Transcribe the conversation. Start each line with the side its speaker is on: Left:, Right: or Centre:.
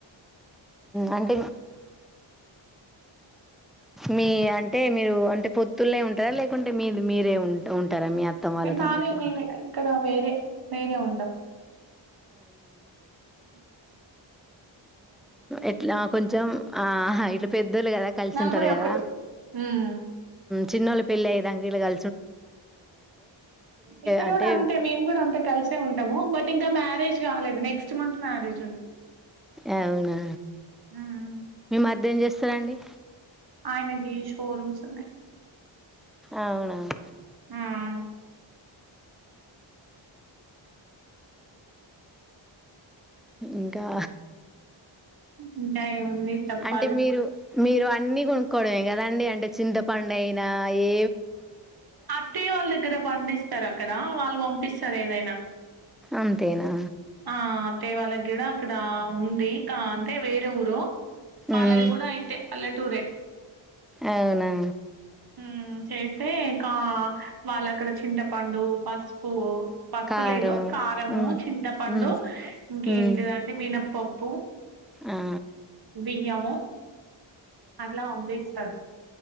Centre: అంట మీ అంటే మీరు అంటే పొత్తులేనే ఉంటారా లేకుంటే మీ మీరే ఉంట ఉ ఉంటారా మీ అత్తం వాళ్ళతో
Right: నానే
Centre: ఇట్లా
Right: మేమి ఇక్కడ వేరే వేరే ఉంటాం
Centre: ఇట్లా కొంచెం ఆ ఇట్ పెద్దోళ్ళ కదా కలిసి
Right: నలభై
Centre: ఉంటారు కదా
Right: ఒకటి హ్మ్
Centre: చిన్నల పిల్లయి దంగలు క
Right: ఇక్కడ
Centre: అంటే
Right: కూడా అంతే మేము కూడా అంతే కలిసే ఉంటాము బట్ ఇంకా మ్యారేజ్ కాలేదు నెక్స్ట్ మంత్ మ్యారేజ్ ఉంది
Centre: అవునా
Right: హ్మ్
Centre: మీ మధం చేస్త ఇస్తరండి
Right: ఆయనకి షోరూమ్స్ ఉన్నాయి
Centre: అవునావు
Right: హ్మ్
Centre: ఇంకా
Right: ఉంటాయి ఓన్లీ చెప్పాలి
Centre: అంటే మీరు మీరు అన్నిీ కొనుక్కోవడమే కదండి అంటే చింతపండు అయినా ఏ
Right: అత్తయ్య వాళ్ళ దగ్గర పండిస్తారు అక్కడ వాళ్ళు పంపిస్తారు ఏదైనా
Centre: అంతేనా
Right: ఆ తేవాల గిడ అక్కడ ఉంది అంటే వేరే ఊరు వాలవి
Centre: మ్మ్
Right: కూడా ఇంతే పల్లెటూరే
Centre: అవునా
Right: ఉమ్ చేస్తే ఇకా వాళ్ళ అక్కడ చింట ప్ పండు పసుపు పసుపు
Centre: కారము
Right: లేదు కారము
Centre: మ్మ్
Right: చింతపండు
Centre: మ్మ్
Right: ఇంకేంటిదండి
Centre: మ్మ్
Right: మిన పప్పుూ
Centre: ఆ
Right: బియ్యమో అట్లా వంపి ఇస్తాడు